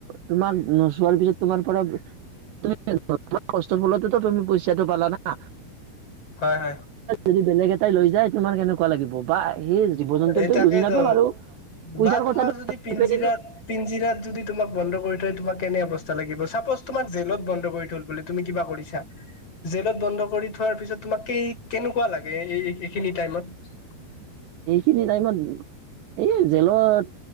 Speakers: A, on the right; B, on the left.
A: তোমাক নচো <unintelligible> চোৱাৰ পিছত তোমাৰ পৰা <unintelligible> কষ্ট ফলতেো তুমি পইচাটো পালা না।
B: হয়, হয়।
A: যদি বেলেগ এটাই লৈ যায়। তোমাৰ কেনেকুৱা লাগিব বা <unintelligible> জন্তুটো
B: এই তাকেই
A: বুজি নাপায়
B: তো
A: বাৰু পইচাৰ
B: বা
A: কথাটো
B: তোমাক যদি পিঞ্জিৰাত,
A: কিন্তু
B: পিঞ্জিৰাত যদি তোমাক বন্দী। বন্ধ কৰি থয়। তোমাক কেনে অৱস্থা লাগিব। চাপজ তোমাক জেলত বন্ধ কৰি থল তুমি কিবা কৰিছা? জেলত বন্ধ কৰি থোৱাৰ পিছত তোমাক কে কেনেকুৱা লাগে? এই এইখিনি টাইমত।
A: সেইখিনি টাইমত। এই জেলত।